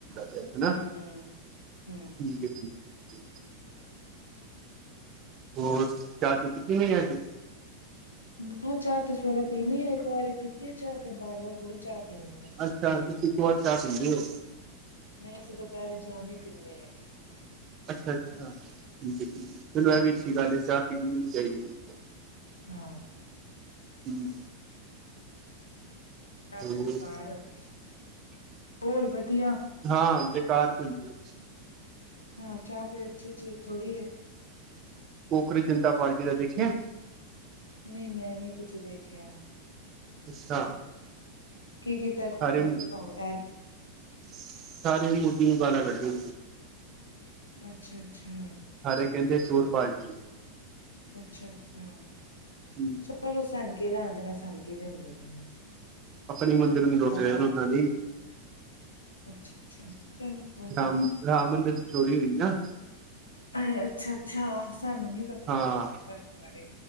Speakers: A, on the right; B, on the left.
A: ਤੇ ਹਨਾ
B: ਹੂੰ-ਹੂੰ-ਹੂੰ
A: ਠੀਕ ਹੈ ਠੀਕ ਹੈ, ਹੋਰ ਚਾਹ ਚੂ ਪੀਤੀ ਨਹੀਂ ਅੱਜ?
B: ਮੈਂ ਚਾਹ ਤੇ ਸਵੇਰੇ ਪੀ ਲਈਏ ਇੱਕ ਵਾਰੀ ਪੀਤੀ ਚਾਹ ਕੇ ਬਾਰ ਵਾਰ ਥੋੜੀ ਚਾਹ ਪੀਂਦੇ ਅਸੀਂ।
A: ਅੱਛਾ ਤੁਸੀਂ ਇੱਕ ਵਾਰ ਚਾਹ ਪੀਂਦੇ ਹੋ।
B: ਨਹੀਂ ਅਸੀਂ ਦੁਪਹਿਰੇ ਚਾਹ ਨੀ ਪੀਂਦੇ ਹੈਗੇ।
A: ਅੱਛਾ-ਅੱਛਾ ਠੀਕ ਹੈ ਠੀਕ ਹੈ ਚਲੋ ਇਹ ਵੀ ਅੱਛੀ ਗੱਲ ਹੈ ਚਾਹ ਪੀਣੀ ਵੀ ਨਹੀਂ ਚਾਹੀਦੀ।
B: ਹਾਂ-
A: ਹਮ-
B: <unintelligible> ਚਾਹ ਤੇ
A: ਹੋਰ
B: ਬੇਕਾਰ ਹੁੰਦੀ ਹੈ ਹੋਰ ਵਦੀਆ -
A: ਹਾਂ ਬੇਕਾਰ ਤੇ ਹੁੰਦੀ ਹੈ।
B: ਹਾਂ ਚਾਹ ਕੋਈ ਅੱਛੀ ਚੀਜ਼ ਥੋੜੀ ਹੈ।
A: ਕੋਕਰੇਚ ਜਨਤਾ ਪਾਰਟੀ ਦਾ ਦੇਖੀਆ?
B: ਨਹੀਂ ਮੈਂ ਨੀ ਕੁਛ ਦੇਖਿਆ।
A: ਅੱਛਾ
B: <unintelligible>
A: ਸਾਰੇ
B: <inaudible>
A: ਸਾਰੇ ਹੀ ਮੋਦੀ ਨੂੰ ਗਾਲਾਂ ਕੱਢਦੇ
B: ਅੱਛਾ-ਅੱਛਾ
A: ਸਾਰੇ ਕਹਿੰਦੇ ਚੋਰ ਪਾਲਟੀ ਹੈ।
B: ਅੱਛਾ-ਅੱਛਾ
A: ਹਮ
B: ਚਲੋ ਸਾਨੂੰ ਕੀ ਲੈਣਾ ਦੇਣਾ ਸਾਨੂੰ ਕੀ ਦਿੰਦੇ ਪਏ ਨੇ।
A: ਆਪਣੇ ਮੰਦਿਰ ਨੂੰ
B: ਪੁੱਠਾ
A: ਰੋਟੀ ਦੇਣ
B: ਸਾਡੇ
A: ਉਹਨਾਂ
B: ਕੋਲ
A: ਲਈ। <inaudible>
B: ਅੱਛਾ-ਅੱਛਾ ਚਲੋ ਕੋਈ ਨੀ-
A: ਰਾਮ ਰਾਮ ਮੰਦਿਰ ਚੋਰੀ ਹੋਈ ਨਾ
B: ਅ ਅੱਛਾ-ਅੱਛਾ ਸਾਨੂੰ ਨੀ ਪਤਾ
A: ਹਾਂ
B: ਹੈਗਾ ਪੁੱਛ ਇਸ ਬਾਰੇ